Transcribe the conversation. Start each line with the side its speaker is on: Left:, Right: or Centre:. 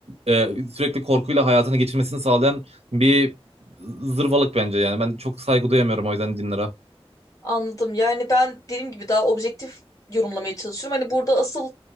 Right: e, sürekli korkuyla hayatını geçirmesini sağlayan bir zırvalık bence yani. Ben çok saygı duyamıyorum o yüzden dinlere.
Left: Anladım. Yani ben dediğim gibi daha objektif yorumlamaya çalışıyorum. Hani burada asıl